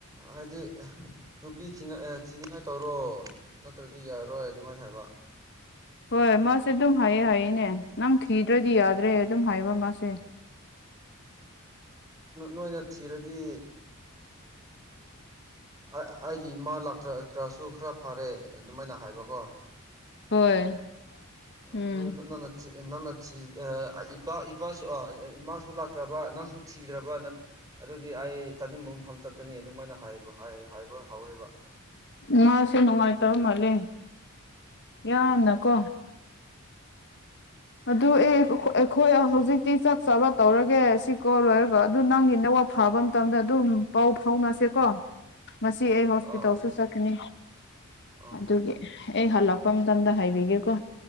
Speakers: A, on the right (about 20°); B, on the left (about 55°).
A: ꯍꯥꯏꯗꯤ ꯅꯨꯄꯤ ꯊꯤꯅꯤꯡꯉꯥꯏ ꯇꯧꯔꯣ ꯅꯠꯇ꯭ꯔꯗꯤ ꯌꯥꯔꯔꯣꯏ ꯑꯗꯨꯃꯥꯏꯅ ꯍꯥꯏꯕ
B: ꯍꯣꯏ ꯃꯥꯁꯦ ꯑꯗꯨꯝ ꯍꯥꯏꯌꯦ ꯍꯥꯏꯌꯦꯅꯦ ꯅꯪ ꯊꯤꯗ꯭ꯔꯗꯤ ꯌꯥꯗ꯭ꯔꯦ ꯑꯗꯨꯝ ꯍꯥꯏꯕ ꯃꯥꯁꯦ
A: ꯅꯣꯏꯅ ꯊꯤꯔꯗꯤ ꯑꯩꯒꯤ ꯏꯃꯥ ꯂꯥꯛꯇ꯭ꯔ꯭ꯔꯁꯨ ꯈꯔ ꯐꯔꯦ ꯑꯗꯨꯃꯥꯏꯅ ꯍꯥꯏꯕꯀꯣ
B: ꯍꯣꯏ ꯎꯝ
A: ꯑꯗꯨ ꯅꯥꯟꯁꯤ ꯅꯥꯟꯠꯁꯤꯤ ꯑ ꯏꯄꯥ ꯏꯄꯥ ꯏꯃꯥꯁꯨ ꯂꯥꯛꯇ꯭ꯔꯕ ꯅꯪꯁꯨ ꯊꯤꯗ꯭ꯔꯕ ꯑꯗꯨꯗꯤ ꯑꯩ ꯆꯥꯅꯤꯡꯕ ꯃꯐꯝ ꯆꯠꯀꯅꯤ ꯑꯗꯨꯃꯥꯏꯅ ꯍꯥꯏꯕ ꯍꯥꯏꯕ ꯍꯧꯔꯦꯕ
B: ꯃꯥꯅꯨꯡꯁꯦ ꯅꯨꯡꯉꯥꯏ ꯇꯧ ꯃꯥꯂꯦ ꯌꯥꯝꯅꯀꯣ ꯑꯗꯨ ꯑꯦ ꯑꯩꯈꯣꯏ ꯍꯧꯖꯤꯛꯇꯤ ꯆꯥꯛ ꯆꯥꯕ ꯇꯧꯔꯒꯦ ꯁꯤꯀꯣ ꯂꯣꯏꯔꯒ ꯑꯗꯨ ꯅꯪꯒꯤ ꯅ ꯄꯥꯎ ꯐꯥꯕ ꯃꯇꯝꯗ ꯑꯗꯨꯝ ꯄꯥꯎ ꯐꯥꯎꯅꯁꯦꯀꯣ ꯃꯁꯤ ꯑꯩ ꯍꯣꯁꯄꯤꯇꯥꯜꯁꯨ
A: ꯑꯣ
B: ꯆꯠꯀꯅꯤ
A: ꯑꯣ
B: ꯑꯗꯨꯒꯤ ꯑꯩ ꯍꯜꯂꯛꯄ ꯃꯇꯝꯗ ꯍꯥꯏꯕꯤꯒꯦꯀꯣ